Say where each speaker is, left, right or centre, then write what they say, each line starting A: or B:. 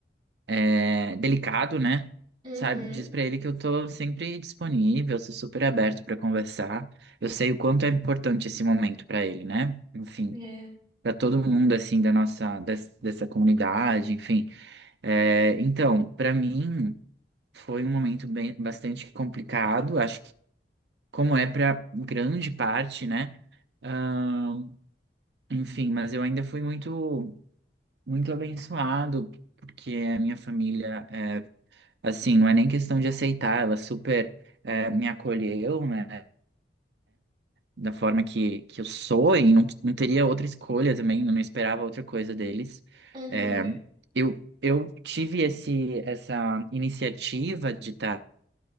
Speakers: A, on the right; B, on the right.
A: é, delicado, né?
B: Uhum.
A: Sabe, diz pra ele que eu tô sempre disponível, sou super aberto pra conversar. Eu sei o quanto é importante esse momento pra ele, né? Enfim,
B: É.
A: pra todo mundo assim da nossa des- dessa comunidade, enfim. É, então, pra mim foi um momento bem bastante complicado, acho que como é pra grande parte, né? Ahn, enfim, mas eu ainda fui muito muito abençoado porque a minha família é assim, não é nem questão de aceitar, ela super eh, me acolheu, né? Da forma que, que eu sou e não, não teria outra escolha também, eu não esperava outra coisa deles.
B: Uhum.
A: Eh, eu, eu tive esse, essa iniciativa de estar,